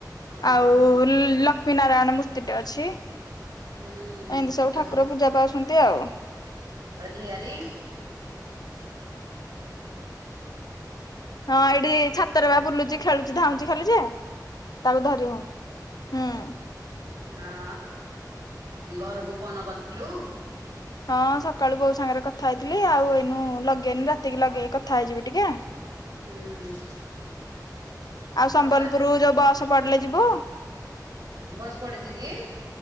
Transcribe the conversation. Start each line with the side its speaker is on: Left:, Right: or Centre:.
Right: ହଁ
Left: ଆଉ ଲକ୍ଷ୍ମୀ ନାରାୟଣ ମୂର୍ତ୍ତିଟେ ଅଛି। ଏମିତି
Right: ହୁଁ
Left: ସବୁ
Right: ତ
Left: ଠାକୁର ପୂଜା ପାଉଛନ୍ତି ଆଉ।
Right: <unintelligible>
Left: ହଁ ଏଇଠି ଛାତରେ ବା ବୁଲୁଛି ଖେଳୁଛି ଧାଉଛି ଖେଲି ଯେ ତାକୁ ଧରି ହଉ ହଁ।
Right: ଆ ଘରକୁ ଫୋନ କରିଥିଲୁ?
Left: ହଁ ସକାଳୁ ବୋଉ ସାଙ୍ଗରେ କଥା ହେଇଥିଲି ଆଉ ଏଇନୁ ଲଗେଇନି ରାତିକି ଲଗେଇକି କଥା ହେଇଯିବି ଟିକେ
Right: ହୁଁ।
Left: ଆଉ ସମ୍ବଲପୁର
Right: ଅପା
Left: ଯୋଉ ବସ ପଡିଲେ ଯିବୁ?
Right: ବସ୍ ପଡିଛି କି?